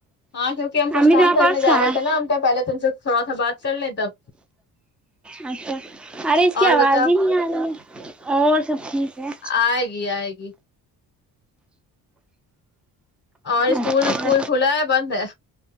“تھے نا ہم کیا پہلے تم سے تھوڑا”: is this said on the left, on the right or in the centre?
Left